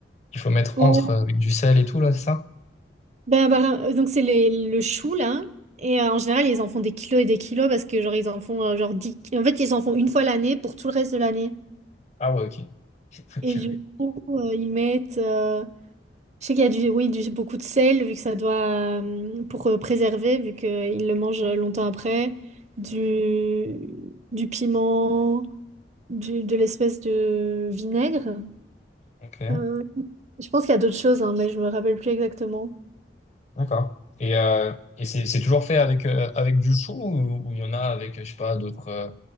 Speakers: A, on the left; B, on the right.
A: qu'il faut mettre
B: Ouais.
A: entre euh, avec du sel et tout là, c'est ça?
B: Ben, apparem- euh, donc c'est les- le chou là. Et euh, en général, ils en font des kilos et des kilos parce que genre ils en font euh, genre 10... En fait, ils en font une fois l'année pour tout le reste de l'année.
A: Ah ouais, ok. <laughs>
B: Et du coup, euh, ils mettent. euh, je sais qu'il y a du, oui, du, beaucoup de sel, vu que ça doit. euh, pour euh, préserver, vu qu'ils le mangent euh, longtemps après. Du, du piment, du, de l'espèce de vinaigre.
A: Ok, ok,
B: Euh, je pense qu'il y a d'autres choses, hein, mais je me rappelle plus exactement.
A: d'accord. Et, euh, et c'est c'est toujours fait avec, euh, avec du chou ou ou il y en a avec, je sais pas, d'autres euh,